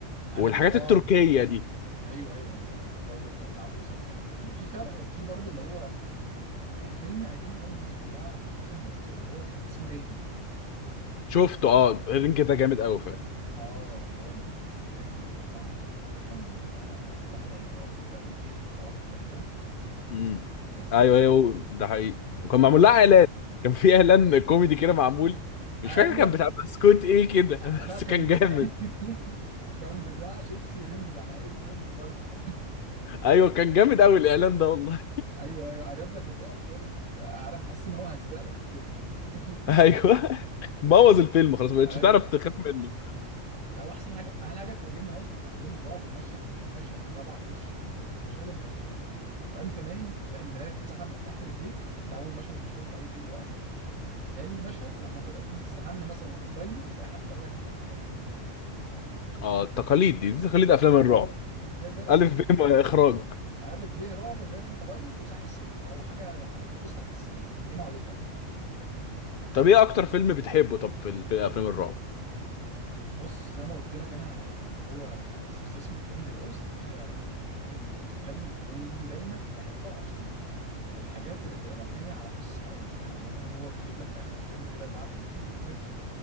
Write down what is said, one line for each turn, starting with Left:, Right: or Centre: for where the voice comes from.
Right: عنابل
Left: والحاجات
Right: اه
Left: التركية دي
Right: ايوه ايوه الجو بتاعت العروسه والكلام ده كله في فرق في برضو اللي هو فيلم قديم قوي الناس كلها تقريبا نسيته اللي هو كان اسمه رينج
Left: شفته اه الرينج ده جامد قوي فعلا
Right: اه اللي هو البنت اللي بتطلع من من- تقريبا من الحفره اللي في الارض دي او البير اللي في الارض تقريبا
Left: امم
Right: بس
Left: ايوه ايوه ده حقيقي وكان
Right: انت
Left: معمول
Right: عارف
Left: لها اعلان كان في اعلان كوميدي كده معمول مش
Right: ايوه
Left: فاكر كان بتاع بسكوت ايه كده <laughs>
Right: آه، لا
Left: بس
Right: كان
Left: كان
Right: ب...
Left: جامد
Right: <laughs> كان بتاع شيبسي رينج على هيئه رينج برضه
Left: ايوه كان جامد قوي الاعلان ده والله
Right: <laughs> ايوه ايوه قرب لك الرعب فاهم انت انت عارف تحس ان هو هزق لك الفيلم <laughs>
Left: <laughs> ايوه بوظ الفيلم خلاص ما بقتش
Right: ايوه
Left: تعرف
Right: ايوه
Left: تخاف منه
Right: ده هو احسن حاجه احلى حاجه بتعجبني قوي في الافلام الرعب المشهد المشهد طبعا وش المش... المشاهد المشهوره تبقى انت نايم تلاقي الملايه بتتسحب من تحت رجليك ده اول مشهد مشهور في اي فيلم رعب تاني مشهد لما تبقى انت تستحمى مثلا وفي البانيو وتلاقي حد طالع لك من تحت البانيو
Left: اه التقاليد دي دي تقاليد افلام
Right: اه
Left: الرعب
Right: دي ده ده لازم
Left: الف ب
Right: انت
Left: م- اخراج
Right: الف ب رعب فاهم انت بانيو وصاحب السرير او حاجه ح- بتبص تحت السرير دي معروفه دي
Left: طب ايه اكتر فيلم بتحبه طب في, ال- في افلام الرعب
Right: بص زي ما قلت لك انا اللي هو اكسرسيس اسمه في ايميلي روز اللي هي من الحاجات اللي بتتكلم ودايما بحب اشوف الحاجات اللي بتبقى مبنيه على قصص حقيقيه يعني فاهم هو بيجيب لك في اخر الفيلم كده بعد ال- التتر